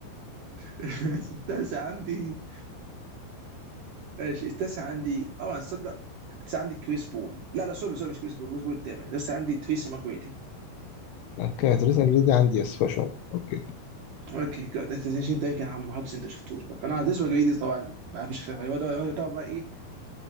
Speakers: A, on the right (about 65°); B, on the left (about 75°).
A: <laughs> التاسع عندي ماشي التاسع عندي اه تصدق التاسع عندي كريس بول لا لا سوري سوري مش كريس بول كريس بول الثامن لسه عندي تريسي ماجريدي
B: اوكي تريزا دي عندي اسفه شويه اوكي
A: اوكي جود انت انت يمكن ما حطش انت شفتوش بقى فانا تريسي ماجريدي طبعا ما فيش خلاف عليه، هو ده هو ده بقى ايه